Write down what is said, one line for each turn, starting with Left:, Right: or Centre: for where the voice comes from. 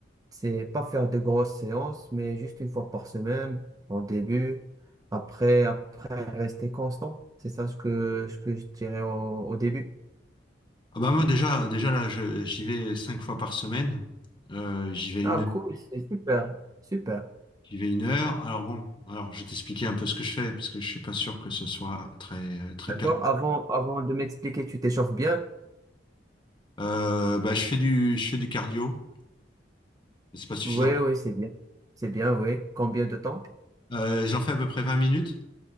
Right: c'est pas faire de grosses séances, mais juste une fois par semaine, en début. Après, après, rester constant. C'est ça ce que, ce que je dirais au, au début.
Left: Ah bah moi déjà, déjà là, je- j'y vais cinq fois par semaine, Euh, j'y vais
Right: Ah,
Left: une,
Right: cool, c'est super, super.
Left: j'y vais une heure. Alors bon, alors je vais t'expliquer un peu ce que je fais, parce que je suis pas sûr que ce soit très très
Right: D'accord?
Left: pertinent.
Right: Avant, avant de m'expliquer, tu t'échauffes bien.
Left: Euh, bah je fais du, je fais du cardio, mais c'est pas suffisant.
Right: Oui, oui, c'est bien. C'est bien, oui. Combien de temps?
Left: Euh, j'en fais à peu près 20 minutes,